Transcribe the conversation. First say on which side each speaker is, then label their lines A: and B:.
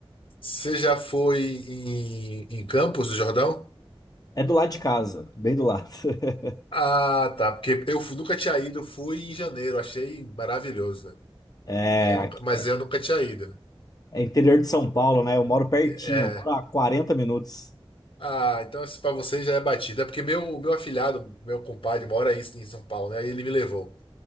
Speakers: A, on the left (about 60°); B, on the left (about 40°).
A: Você já foi em, em Campos do Jordão?
B: É do lado de casa, bem do lado. <laughs>
A: Ah, tá. Porque eu fu- nunca tinha ido, eu fui em janeiro, achei maravilhoso, né?
B: É,
A: Aí eu
B: aqui-
A: nunca- mas eu nunca tinha ido.
B: é interior de São Paulo, né? Eu moro pertinho,
A: É,
B: eu moro a 40 minutos.
A: Ah, então isso pra você já é batida. É porque meu, meu afilhado, meu compadre, mora aí em São Paulo, né? Aí Ele me levou.